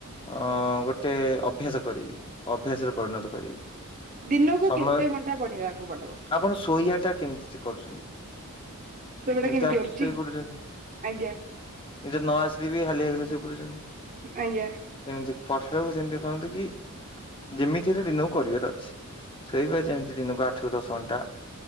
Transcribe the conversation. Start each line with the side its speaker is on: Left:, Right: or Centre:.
Left: ଅ ଗୋଟେ ଅଭ୍ୟାସ କରିବି ଅଭ୍ୟାସରେ ପରିଣତ କରିବି।
Right: ଦିନକୁ
Left: ସମୟ
Right: କେତେ ଘଣ୍ଟା ପଢିବାକୁ ପଡିବ। <inaudible>
Left: ଆପଣ ଶୋଇବାଟା କେମିତି କରୁଛନ୍ତି
Right: ସେଗୁଡା
Left: ନିଦ
Right: କେମିତି
Left: ଆସୁଛି
Right: କରୁଛି
Left: ଶୋଇ ପଡୁଛନ୍ତି। ନିଦ
Right: ଆଜ୍ଞା
Left: ନ ଆସିଲେ ବି ହାଲିଆ ହେଇଗଲେ ଶୋଇ ପଡୁଛନ୍ତି
Right: ଆଜ୍ଞା
Left: <inaudible> ଏମିତି। ପଢ଼ିବାକୁ ସେମିତି କହନ୍ତୁ କି ଯେମିତିରେ ଦିନକୁ କରିବାର ଅଛି। ଶୋଇବା ଯେମିତି ଦିନକୁ ଆଠ ରୁ ଦଶ ଘଣ୍ଟା।